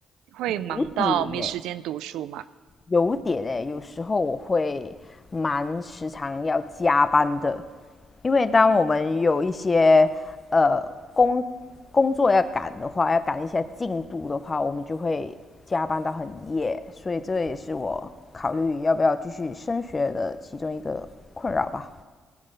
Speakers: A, on the right; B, on the left.
A: 会忙到没时间读书吗？
B: 五点呢。有点诶、欸有时候我会蛮时常要加班的，因为当我们有一些呃工工作要赶的话，要赶一下进度的话，我们就会加班到很夜，所以这也是我考虑要不要继续升学的其中一个困扰吧。